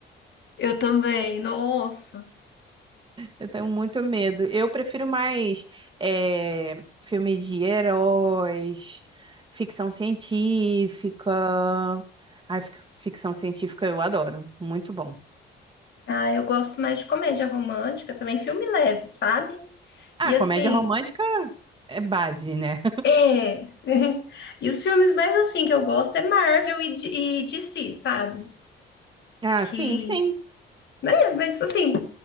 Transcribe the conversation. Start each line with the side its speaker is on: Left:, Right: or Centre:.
Left: Eu também, nossa.
Right: eu tenho muito medo. Eu prefiro mais é, filme de heróis, ficção científica. Ai, fic- ficção científica eu adoro, muito bom.
Left: Ah, eu gosto mais de comédia romântica, também filme leve, sabe?
Right: Ah,
Left: E assim,
Right: comédia romântica é base, né?
Left: é. <laughs> E os filmes mais assim que eu gosto é Marvel e, D- e DC, sabe?
Right: Ah,
Left: Que,
Right: sim, sim.
Left: né? Mas assim.